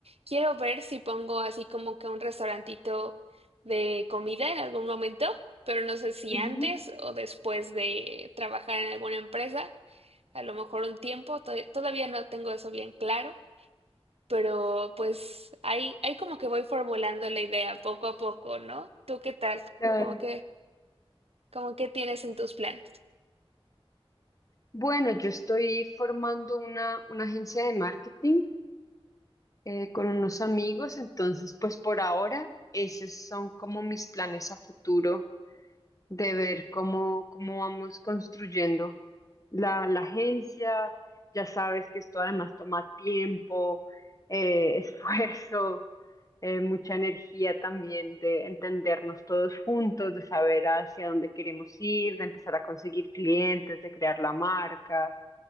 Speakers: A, on the right; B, on the left.
A: quiero ver si pongo así como que un restaurantito de comida en algún momento, pero no sé si
B: Ujú,
A: antes o después de trabajar en alguna empresa, a lo mejor un tiempo, to- todavía no tengo eso bien claro, pero pues ahí, ahí como que voy formulando la idea poco a poco, ¿no? ¿Tú qué tal?
B: claro.
A: ¿Cómo que ¿Cómo qué tienes en tus planes?
B: Bueno, yo estoy formando una, una agencia de marketing eh, con unos amigos, entonces pues por ahora esos son como mis planes a futuro de ver cómo, cómo vamos construyendo la, la agencia. Ya sabes que esto además toma tiempo, eh, <laughs> esfuerzo, eh, mucha energía también de entendernos todos juntos, de saber hacia dónde queremos ir, de empezar a conseguir clientes, de crear la marca.